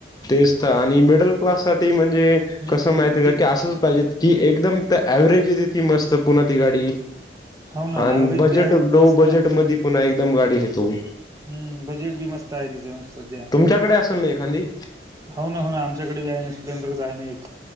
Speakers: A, on the left; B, on the right.
A: तेच तर आणि मिडल क्लास साठी म्हणजे,
B: हम्म
A: कसं माहितीय
B: म्हणजे
A: आहे का, की असंच पाहिजे की एकदम- तर अँव्हरेज देते ती मस्त पुन्हा ती गाडी
B: हो ना
A: आणि
B: ऍव्हरेज
A: बजेट
B: बी आहे
A: लो
B: मस्त
A: बजेट मधी- पुन्हा एकदम गाडी घेतो.
B: हम्म, बजेट बी मस्त आहे तिचं सध्या.
A: तुमच्याकडे असेल ना एखादी
B: हो ना, हो ना, आमच्याकडे आहे ना स्प्लेंडरच आहे ना एक,